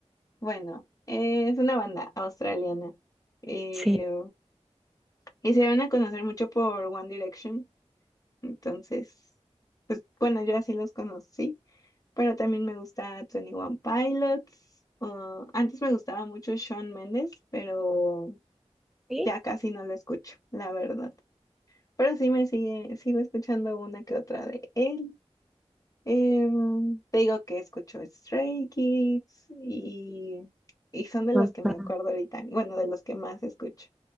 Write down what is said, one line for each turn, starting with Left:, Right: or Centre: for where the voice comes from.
Left: Bueno, eh, es una banda australiana. eh,
Centre: Sí.
Left: Y se van a conocer mucho por One Direction. Entonces, pues bueno, yo así los conocí. Pero también me gusta twenty One Pilots. ah, antes me gustaba mucho Shawn Mendes, pero
Centre: Sí.
Left: ya casi no lo escucho, la verdad. Pero sí me sigue, sigo escuchando una que otra de él. Em, te digo que escucho Stray Kids y, y son de
Centre: Ajá.
Left: los que me acuerdo ahorita. Bueno, de los que más escucho.